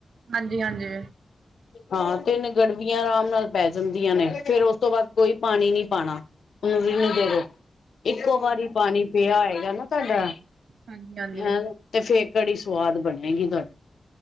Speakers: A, on the right; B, on the left.
A: ਹਾਂਜੀ-ਹਾਂਜੀ।
B: ਹਾਂ, ਤਿੰਨ ਗੜਵੀਆਂ ਅਰਾਮ ਨਾਲ ਪੈ ਜੰਦੀਆਂ ਨੇ, ਫੇਰ ਉਸ ਤੋਂ ਬਾਦ ਕੋਈ ਪਾਨੀ ਨੀ ਪਾਣਾ, ਉਨੂੰ ਰਿੰਨ ਦੇਵੋ, ਇੱਕੋ ਵਾਰੀ ਪਾਨੀ ਪੇਆ ਹੋਏਗਾ ਨਾ ਤੁਆਡਾ ਅਂ,
A: ਹਾਂਜੀ ਹਾਂਜੀ
B: ਤੇ ਫੇਰ ਕੜੀ ਸਵਾਦ ਬਣੇਗੀ ਤੂਆਡੀ।